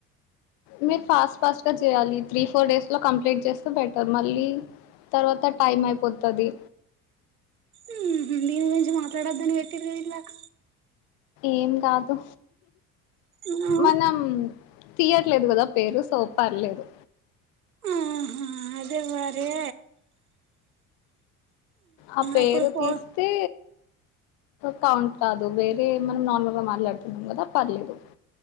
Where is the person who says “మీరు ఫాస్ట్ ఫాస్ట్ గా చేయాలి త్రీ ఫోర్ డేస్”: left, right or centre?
Left